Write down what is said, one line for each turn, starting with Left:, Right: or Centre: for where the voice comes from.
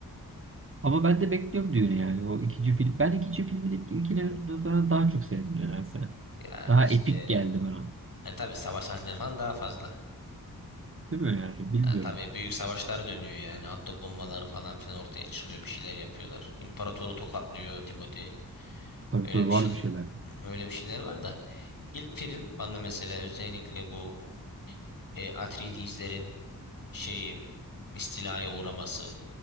Right: Ama ben de bekliyorum düğünü yani. O ikinci film. Ben ikinci filmin ilk, ilkine nazaran daha çok sevdim nedense.
Left: Ya
Right: Daha
Left: işte
Right: epik geldi bana.
Left: e, tabii savaş sahneleri falan daha fazla.
Right: Değil mi yani? Bilmiyorum.
Left: E, tabii büyük savaşlar dönüyor yani. Atom bombaları falan filan ortaya çıkıyor. Bir şeyler yapıyorlar. İmparatoru tokatlıyor Timothy.
Right: Tabii
Left: Öyle
Right: tabii
Left: bir
Right: var
Left: şey
Right: bir şeyler.
Left: öyle bir şeyler var da. İlk film bana mesela özellikle bu e, Atreides'lerin şeyi istilaya uğraması,